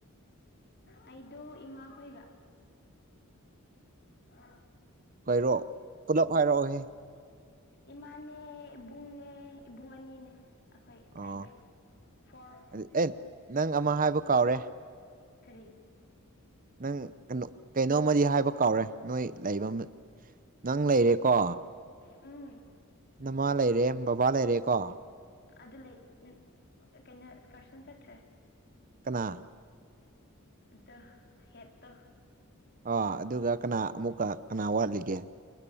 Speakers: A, on the left (about 50°); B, on the right (about 40°).
A: ꯑꯩꯗꯣ ꯏꯃꯥꯈꯣꯏꯒ ꯍꯥ
B: ꯀꯩꯔꯣ ꯄꯨꯂꯞ ꯍꯥꯏꯔꯛꯑꯣꯍꯦ
A: ꯏꯃꯥꯅꯦ ꯏꯕꯨꯡꯅꯦ ꯏꯕꯨꯡ ꯑꯅꯤꯅꯦ ꯑꯩꯈꯣꯏ
B: ꯑꯣ
A: ꯑꯩꯒ ꯐꯣꯔ
B: ꯑꯗꯨ ꯑꯦ ꯅꯪ ꯑꯃ ꯍꯥꯏꯕ ꯀꯥꯎꯔꯦ
A: ꯀꯔꯤ
B: ꯅꯪ ꯀꯩꯅꯣ ꯀꯩꯅꯣꯝꯃꯗꯤ ꯍꯥꯏꯕ ꯀꯥꯎꯔꯦ ꯅꯣꯏ ꯂꯩꯕ ꯅꯪ ꯂꯩꯔꯦꯀꯣ
A: ꯎꯝ
B: ꯅꯃꯥ ꯂꯩꯔꯦ ꯕꯕꯥ ꯂꯩꯔꯦ ꯀꯣ
A: ꯑꯗꯨ ꯂꯩ ꯀꯩꯅꯣ ꯑꯦꯁꯀꯔꯁꯟ ꯆꯠꯈ꯭ꯔꯦ
B: ꯀꯅꯥ
A: ꯑꯗ ꯍꯦꯠꯇꯣ
B: ꯑꯥ ꯑꯗꯨꯒ ꯀꯅꯥ ꯑꯃꯨꯛꯀ ꯀꯅꯥ ꯋꯥꯠꯂꯤꯒꯦ